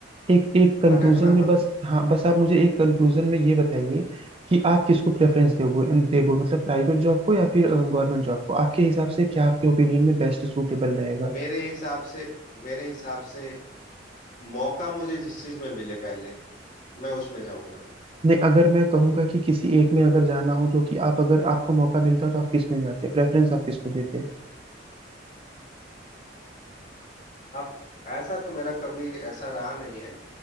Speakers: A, on the right; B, on the left.
A: एक एक कंक्लूजन
B: भटकना मत
A: में बस हाँ बस आप मुझे एक कंक्लूजन में ये बताइए कि आप किसको प्रेफरेंस दोगे देगो मतलब प्राइवेट जॉब को या फिर गवर्नमेंट जॉब को आपके हिसाब से क्या आपके ओपिनियन में बेस्ट सूटेबल रहेगा
B: मेरे हिसाब से मेरे हिसाब से मौका मुझे जिस चीज में मिले पहले मैं उसमें जाऊंगा
A: नहीं अगर मैं कहूंगा कि किसी एक में अगर जाना हो जो कि आप अगर आपको मौका मिलता तो आप किस में जाते प्रेफरेंस आप किसको देते
B: अब ऐसा तो मेरा कभी ऐसा रहा नहीं है